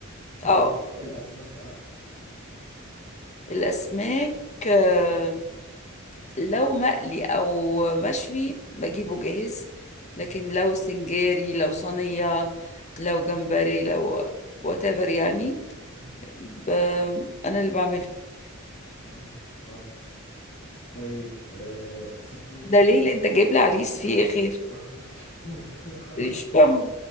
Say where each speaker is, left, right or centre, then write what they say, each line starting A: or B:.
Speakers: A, on the left (about 50°); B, on the left (about 35°).
A: طيب
B: اه
A: الاسماك بقى
B: الاسماك آه، لو مقلي او مشوي بجيبه جاهز
A: مهم.
B: لكن لو سنجاري لو صينيه لو جمبري لو whatever يعني
A: مم.
B: ب- انا اللي بعمله
A: اه برافو طيب آه سي فود
B: ده ليه لأ انت جايب لي عريس فيه ايه خير
A: قشطة سي فود <laughs>
B: مش فاهمة